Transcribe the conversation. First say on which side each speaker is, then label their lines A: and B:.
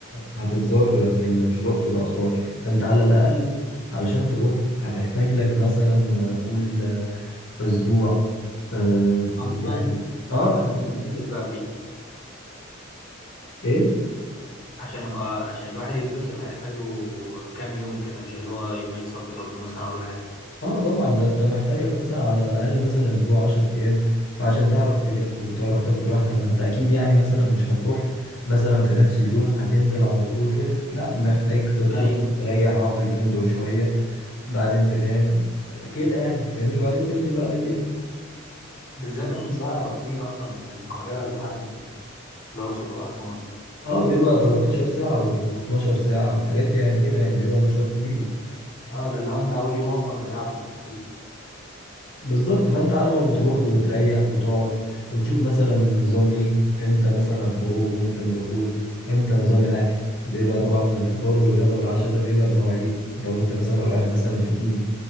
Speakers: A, on the left (about 75°); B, on the left (about 40°).
A: هتتزار في ال- في الأقصر وأسوان أنت على الأقل علشان تروح هتحتاج لك مثلا قول أسبوع آه،
B: اصلا
A: يعني آه
B: عشان تتبسط بقى فيها
A: إيه
B: عشان ابقى عشان الواحد يتبسط هيحتاج له كام يوم كده مش اللي هو يومين صد رد مثلا ولا حاجه
A: اه طبعا ده انت محتاج لك مثلا على الاقل مثلا اسبوع 10 ايام فعشان تعرف تلف وتعرف تاخد راحتك ما انت اكيد يعني مثلا مش هتروح مثلا في نفس اليوم هتنزل على طول وتلف لا محتاج تطلع
B: ايوه
A: تريح اه في الفندق شوية بعدين تنام كده يعني فاهمني وبعدين تنزل بقى بالليل
B: بالذات ان المشوار هيبقى طويل اصلا من القاهره لحد الاقصر واسوان
A: اه بيبقى 13 ساعة و12 ساعة وحاجات يعني كده يعني بيبقى مشوار طويل
B: اه ده اللي هو انت اول يوم اصلا ضيعته في الطريق
A: بالظبط فانت على ما بتروح وتريح وتقعد وتشوف مثلا النظام ايه امتى مثلا الخروج وامتى الدخول امتى نظام الاكل بيبقى طبعا الفطار والغدا والعشاء ده بيبقى بمواعيد لو انت مثلا رايح مثلا في تيم